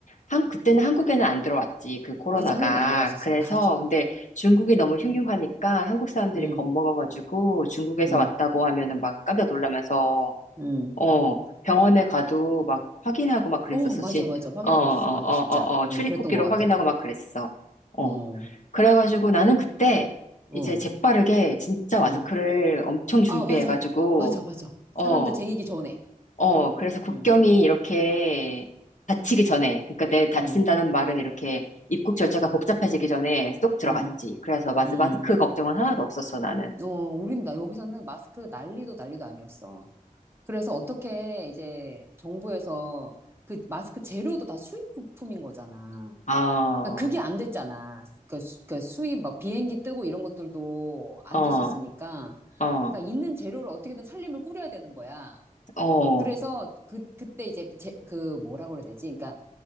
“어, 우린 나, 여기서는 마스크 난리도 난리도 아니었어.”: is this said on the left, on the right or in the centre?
Right